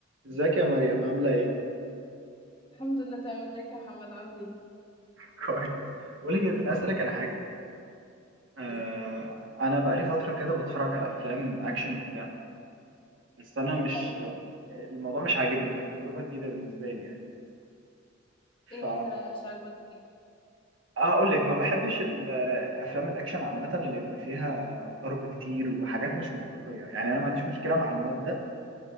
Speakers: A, on the right (about 70°); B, on the left (about 30°).
A: ازيك يا مريم عاملة ايه؟
B: الحمد لله تمام ازيك يا محمد عامل ايه
A: <laughs> كويس بقول لك إيه، كنت عايز اسالك على حاجه آه
B: بس
A: انا بقالي فتره كده بتفرج على افلام اكشن وبتاع بس انا مش
B: هل
A: الموضوع مش عاجبني كانت تجربه جديده بالنسبه لي يعني
B: ايه
A: ف
B: مثلا اللي مش عاجبك فيه
A: اقول لك ما بحبش ال- الافلام الاكشن عامه اللي بيبقى فيها ضرب كتير وحاجات مش منطقيه يعني انا ما عنديش مشكله مع المبدأ